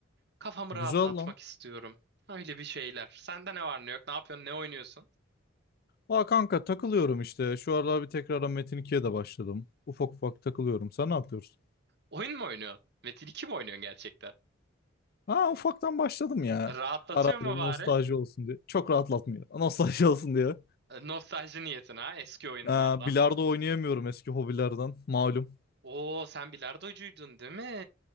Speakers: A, on the right; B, on the left.
A: Kafamı
B: güzel
A: rahatlatmak
B: lan.
A: istiyorum. Öyle bir şeyler. Sende ne var ne yok? Ne yapıyorsun? Ne oynuyorsun?
B: Aa kanka takılıyorum işte şu aralar bir tekrardan Metin 2'ye de başladım ufak ufak takılıyorum sen ne yapıyorsun?
A: Oyun mu oynuyorsun? Metin 2 mi oynuyorsun gerçekten?
B: Ha ufaktan başladım ya
A: Rahatlatıyor
B: ara
A: mu
B: ara nostalji
A: bari?
B: olsun diye çok rahatlatmıyor nostalji <laughs> olsun diye.
A: E, Nostalji niyetine ha eski oyunlardan.
B: Ee, bilardo oynayamıyorum eski hobilerden malum.
A: Oo sen bilardocuydun değil mi?